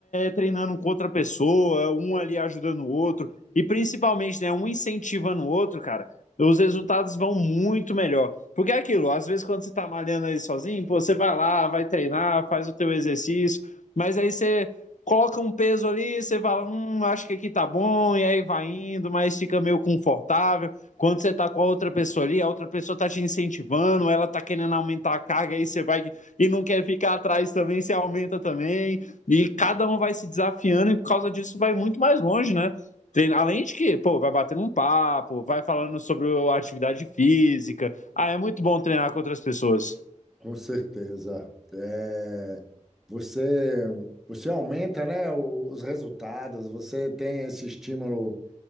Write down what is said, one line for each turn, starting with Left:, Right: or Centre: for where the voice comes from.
Left: treinando com outra pessoa, um ali ajudando o outro, e principalmente, né, um incentivando o outro, cara, os resultados vão muito melhor. Porque é aquilo, às vezes, quando você está malhando ali sozinho, pô, você vai lá, vai treinar, faz o teu exercício, mas aí você coloca um peso ali, você fala, hum, acho que aqui tá bom, e aí vai indo, mas fica meio confortável. Quando você tá com a outra pessoa ali, a outra pessoa tá te incentivando, ela tá querendo aumentar a carga, aí você vai e não quer ficar atrás também, você aumenta também, e cada um vai se desafiando, e por causa disso vai muito mais longe, né? Tem, além de que, pô, vai batendo um papo, vai falando sobre a atividade física. Ah, é muito bom treinar com outras pessoas.
Centre: Com certeza. É, você, você aumenta, né, os resultados, você tem esse estímulo